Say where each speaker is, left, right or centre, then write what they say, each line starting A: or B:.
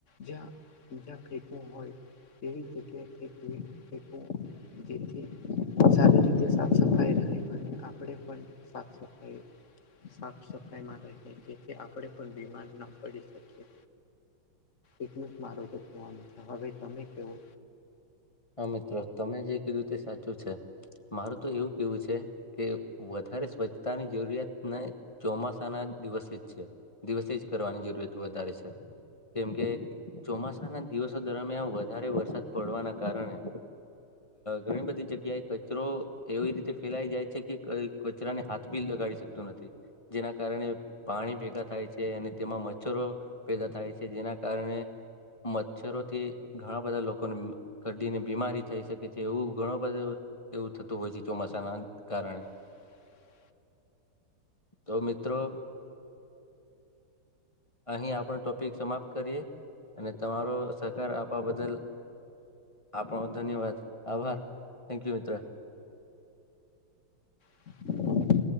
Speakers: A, on the left; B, on the left.
A: જ્યાં જ્યાં ફેકું હોય, તેવી જગ્યાએે ફેક જેથી સારી રીતે સાફ સફાઈ રહે. અને આપણે પણ સાફ-સફાઈ. સાફ સફાઈ માટે છે, જેથી આપણે પણ બીમાર ન પડી શકીએ. એટલું જ મારું તો જોવાનું છે, હવે તમે કેવો.
B: હા મિત્રો, તમે જે કીધું તે સાચું છે, મારું તો એવું કેવું છે. કે, વધારે સ્વચ્છતાની જરૂરિયાત ને ચોમાસાના દિવસે જ છે. દિવસે જ કરવાની જરૂરત વધારે છે. કેમ કે, ચોમાસાના દિવસો દરમિયાન, વધારે વરસાદ પડવાના કારણે. ઘણી બધી જગ્યાએ કચરો એવી રીતે ફેલાઈ જાય છે કે કચરાને હાથ બી લગાડી શકતું નથી. જેના કારણે પાણી ભેગા થાય છે, અને તેમાં મચ્છરો પેદા થાય છે, જેના કારણે મચ્છરોથી ઘણા બધા લોકોને. કડીને બીમારી થઈ શકે છે, એવું ઘણો બધો એવું થતું હોય છે, ચોમાસાના કારણે
A: <unintelligible>
B: તો મિત્રો. અહીં આપણો ટોપિક સમાપ્ત કરીએ, અને તમારો સહકાર આપવા બદલ. આપણો, ધન્યવાદ, આભાર. થેક યુ, મિત્ર.
A: <unintelligible>